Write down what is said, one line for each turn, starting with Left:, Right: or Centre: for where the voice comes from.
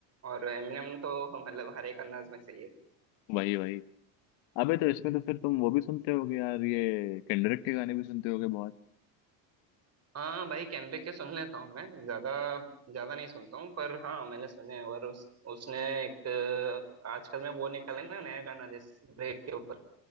Right: और एमिनेम तो मतलब हर एक अंदाज में सही है
Left: वही वही अबे तो इसमें तो फिर तुम वो भी सुनते होगे यार ये केंड्रिक के गाने भी सुनते होगे बहुत
Right: हाँ भाई केंड्रिक के सुन लेता हूँ मैं ज्यादा ज्यादा नहीं सुनता हूँ पर हाँ मैंने सुने हैं। और उस उसने एक अ, आजकल में वो निकाला है ना नया गाना जिस ब्रेक के ऊपर